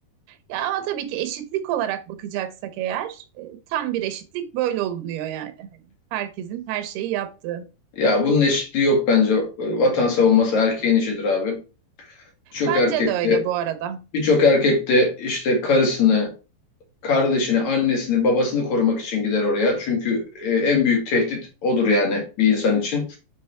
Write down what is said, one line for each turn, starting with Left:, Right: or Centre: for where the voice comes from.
Right: ya ama tabii ki eşitlik olarak bakacaksak eğer e, tam bir eşitlik böyle olunuyor yani. Hani herkesin her şeyi yaptığı.
Left: Ya bunun eşitliği yok bence. Vatan savunması erkeğin işidir abi. Birçok
Right: Bence
Left: erkek
Right: de öyle
Left: de
Right: bu arada.
Left: birçok erkek de işte karısını, kardeşini, annesini, babasını korumak için gider oraya. Çünkü e, en büyük tehdit odur yani bir insan için.